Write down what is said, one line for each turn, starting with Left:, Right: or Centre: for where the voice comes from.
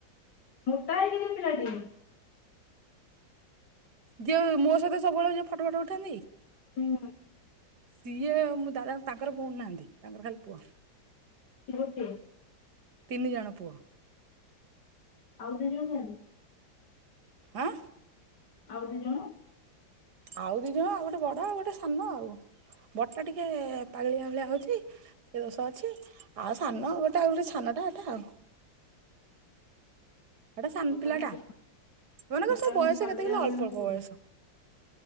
Left: ମୋଟା ହେଇକି ଯୋଉ ପିଲାଟେ
Right: ଯେ ମୋ ସହିତ ସବୁବେଳଳେ ଯିଏ ଫଟୋ ଫଟ ଉଠାନ୍ତି କି
Left: ହୁଁ
Right: ସିଏ ମୁଁ ଦାଦା ତାଙ୍କର ଭଉଣୀ ନାହାନ୍ତି ତାଙ୍କର ଖାଲି ପୁଅ।
Left: ଝିଅଟେ,
Right: ତିନି ଜଣ ପୁଅ,
Left: ଆଉ ଦୁଇ ଜଣ,
Right: ଆଁ,
Left: ଆଉ ଦି ଜଣ,
Right: ଆଉ ଦି ଜଣ ଆଉ ଗୋଟେ ବଡ ଆଉ ଗୋଟେ ସାନ ଆଉ ବଡଟା ଟିକେ ପାାଗିଳିଆ ଭଳିଆ ହଉଛି ଟିକେ ଦୋଷ ଅଛି ଆଉ ସାନ ଗୋଟେ ଆଉ ଗୋଟେ ସାନଟା ଏଟା ଆଉ। ଏଟା ସାନ
Left: ମୋଟା
Right: ପିଲା
Left: କେମିତି
Right: ଟା ଏମାନଙ୍କର
Left: ମୋଟା
Right: ସବୁ
Left: କେମିତି
Right: ବୟସ
Left: ପାଗେଳିଆ
Right: କେତେ କିଲ ଅଳ୍ପ
Left: ଭଳିଆ ହଉଛି
Right: ଅଳ୍ପ ବୟସ।